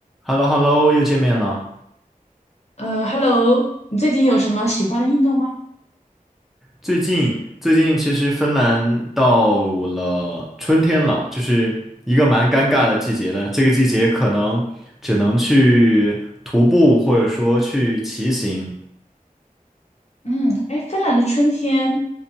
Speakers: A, in the centre; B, on the left.
A: h e l l o h e l l o 又见面了。
B: 呃，Hello，你最近有什么喜欢的运动吗？
A: 最近最近，其实芬兰到了春天了，就是一个蛮尴尬的季节的。这个季节可能只能去徒步，或者说去骑行。
B: 嗯，哎，芬兰的春天